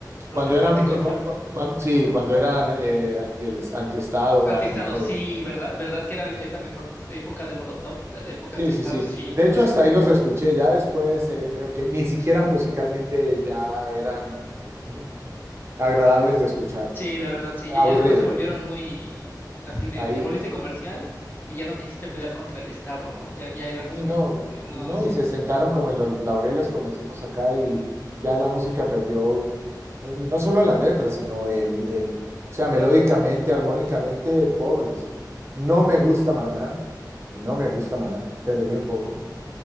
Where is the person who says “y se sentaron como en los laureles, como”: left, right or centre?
Right